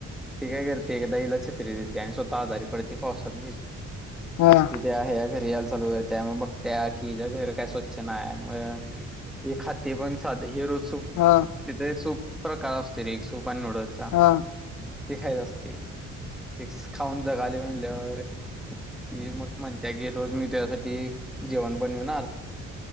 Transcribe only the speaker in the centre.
तेी काय करते एकदा हिला छत्री देते आणि स्वतः आजारी पडते पावसात भिजून
तिथे आहे घरी यायला चालू आहेत त्या मग बघत्या की याच्या घर काय स्वच्छ नाही मग हे खाते पण साध हे रोजप
तिथे सूप प्रकार असतील रे सूप आणि नूडल्सचा
ती खायच असते ते खाऊन जगाले म्हणल्या ती मग म्हणते की रोज मी त्यासाठी ती जेवण बनवणार